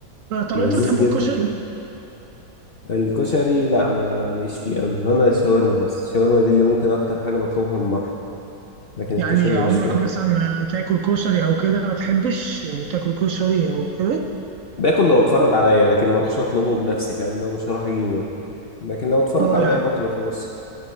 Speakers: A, on the right; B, on the left.
A: طب
B: لذيذ
A: انت بتحب
B: جدا
A: الكشري؟
B: الكشري لا ما ليش فيه قوي هنا الشاورما بس الشاورما دي اللي ممكن اكتر حاجة بطلبها من بره لكن
A: يعني
B: الكشري
A: عمرك
B: ماليش فيه أوي
A: مثلا ما تاكل كشري او كده ما تحبش آه، تاكل كشري او كده؟
B: باكل لو اتفرض عليا لكن ما اروحش اطلبه بنفسي فاهم لو مش هروح اجيبه يعني لكن لو اتفرض
A: اه
B: عليا
A: يعني
B: باكله وخلاص